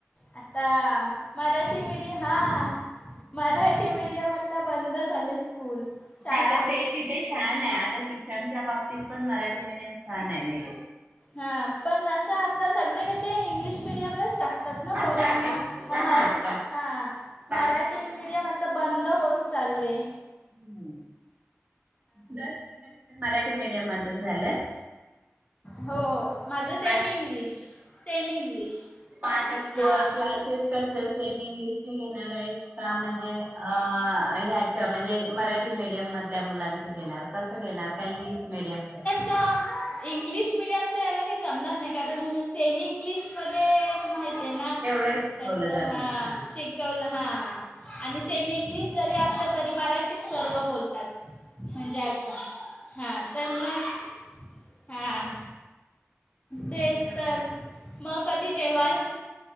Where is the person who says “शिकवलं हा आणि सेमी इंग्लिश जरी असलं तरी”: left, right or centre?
Left